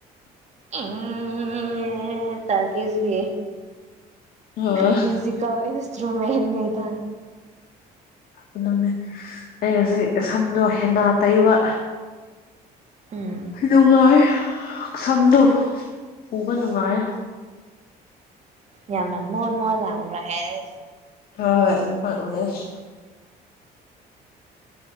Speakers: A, on the right (about 40°); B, on the left (about 60°).
A: ꯎꯝ ꯇꯔ ꯀꯁꯒ
B: ꯍꯣꯏ
A: ꯃ꯭ꯌꯨꯁꯤꯛ ꯏ ꯨꯝꯦꯟꯒꯩ ꯇ
B: ꯑꯗꯨꯅꯦ ꯑꯩ ꯉꯁꯤ ꯁꯝꯗꯣ ꯍꯦꯟꯅ ꯇꯩꯕ
A: ꯎꯝ
B: ꯅꯨꯡꯉꯥꯏꯔꯤ ꯁꯝꯗꯨꯨ ꯎꯒ ꯅꯨꯡꯉꯥꯏ
A: ꯌꯥꯝꯅ ꯃꯣꯟ ꯃꯣꯟ ꯂꯥꯎꯔ ꯍꯦꯁ
B: ꯍꯣꯏ ꯑꯗꯨꯃꯥꯏ ꯑꯣꯏꯔꯁꯤ